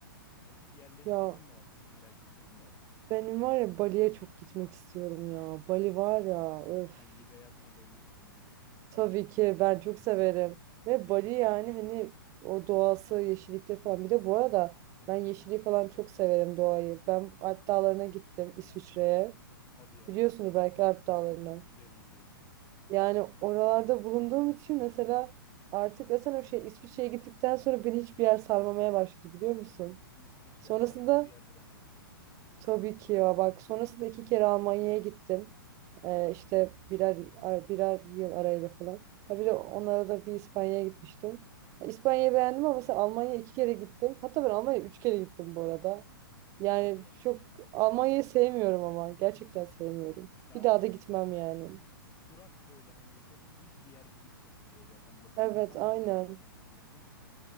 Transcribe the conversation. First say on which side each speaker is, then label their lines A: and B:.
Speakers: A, on the left; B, on the right.
A: o tip yerleri
B: Ya
A: falan da merak ediyorum da.
B: benim var ya Bali'ye çok gitmek istiyorum ya. Bali var
A: Aa,
B: ya öf.
A: sen gece hayatına bayılıyorsun belli.
B: Tabii ki ben çok severim. Ve Bali yani hani o doğası, yeşillikleri falan. Bir de bu arada ben yeşilliği falan çok severim doğayı. Ben Alp Dağları'na gittim İsviçre'ye.
A: <laughs> Hadi ya.
B: Biliyorsunuz belki Alp Dağları'nı.
A: Biliyorum biliyorum.
B: Yani oralarda bulunduğum için mesela artık zaten o şey İsviçre'ye gittikten sonra beni hiçbir yer sarmamaya başladı biliyor musun?
A: İsviçre
B: Sonrasında
A: harika bir yerdir ama ya.
B: Tabii ki ya bak sonrasında iki kere Almanya'ya gittim. Ee, işte birer ar- birer yıl arayla falan. Ha bir
A: Aha,
B: de onlara da bir İspanya'ya gitmiştim. Ya İspanya'yı beğendim ama mesela Almanya'ya iki kere gittim. Hatta ben Almanya'ya üç kere gittim bu arada. Yani
A: hadi ya.
B: çok Almanya'yı sevmiyorum ama gerçekten sevmiyorum.
A: Ya
B: Bir
A: Almanya
B: daha da gitmem
A: çok
B: yani.
A: kurak böyle hani çok düz bir yer gibi hissettiriyor zaten. Bakın
B: Evet
A: insanları
B: aynen.
A: da öyledir büyük ihtimalle.